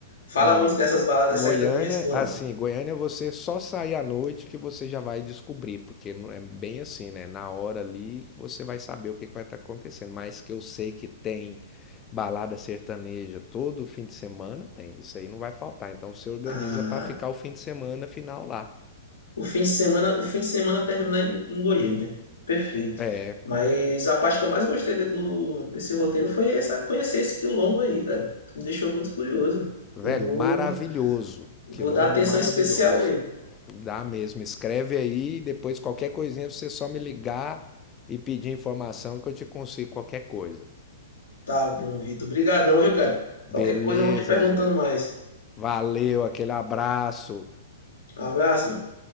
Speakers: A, on the left (about 80°); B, on the left (about 25°).
A: Fala
B: Não,
A: muito dessas baladas
B: Goiânia,
A: sertanejas por
B: assim,
A: lá.
B: Goiânia você só sair à noite que você já vai descobrir, porque não é bem assim, né? Na hora ali que você vai saber o que que vai estar acontecendo. Mas que eu sei que tem balada sertaneja todo fim de semana, tem. Isso aí não vai faltar. Então você organiza
A: Ah,
B: para ficar o fim de semana final lá.
A: o fim de semana, o fim de semana terminar em, em Goiânia. Perfeito.
B: É,
A: Mas a parte que eu mais gostei de- do, desse roteiro foi essa, conhecer esse quilombo aí, cara. Me deixou muito curioso.
B: velho,
A: Eu vou,
B: maravilhoso.
A: vou
B: Quilombo
A: dar atenção
B: maravilhoso.
A: especial a ele.
B: Dá mesmo. Escreve aí, depois qualquer coisinha você só me ligar e pedir informação que eu te consigo qualquer coisa.
A: Tá bom, Vitor. Obrigadão, viu, cara?
B: Beleza,
A: Qualquer coisa eu vou te perguntando
B: Jeff.
A: mais.
B: Valeu, aquele abraço.
A: Um abraço, mano.